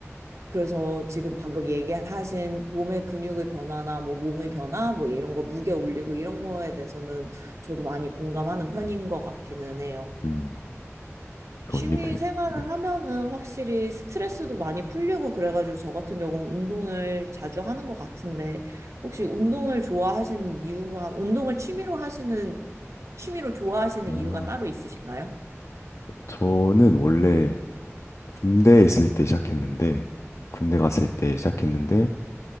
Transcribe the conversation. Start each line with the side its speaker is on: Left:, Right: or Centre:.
Right: 그래서 지금 방금 얘기하신 몸의 근육의 변화나 뭐 몸의 변화, 뭐 이런 거 무게 올리고 이런 거에 대해서는 저도 많이 공감하는 편인 것 같기는 해요.
Left: 음,
Right: 취미
Left: 어, 이게 되,
Right: 생활을
Left: 네.
Right: 하면은 확실히 스트레스도 많이 풀리고 그래가지고 저 같은 경우는 운동을 자주 하는 것 같은데 혹시 운동을 좋아하시는 이유가 운동을 취미로 하시는 취미로 좋아하시는
Left: 아,
Right: 이유가 따로 있으신가요?
Left: 저는 원래 군대에 있을 때 시작했는데, 군대 갔을 때 시작했는데,